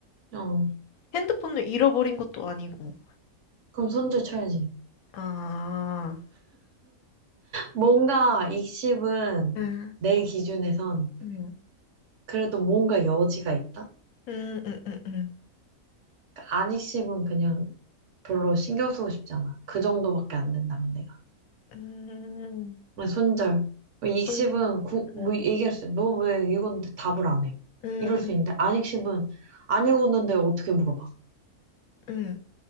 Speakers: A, on the right; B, on the left.
A: 어.
B: 핸드폰을 잃어버린 것도 아니고.
A: 그럼 손절 쳐야지.
B: 아.
A: 뭔가 익십은
B: 음,
A: 내 기준에선
B: 음.
A: 그래도 뭔가 여지가 있다?
B: 음, 음, 음, 음,
A: 그러니까 안 익씹은 그냥 별로 신경 쓰고 싶잖아. 그 정도밖에 안 된다면 내가.
B: 음,
A: 그냥 손절. 익씹은
B: 분-
A: 구, 뭐
B: 음,
A: 얘기할 수 있어. 너왜 읽었는데 답을 안 해?
B: 음,
A: 이럴 수
B: 음.
A: 있는데 안 익씹은 안 읽었는데 어떻게 물어봐?
B: 음.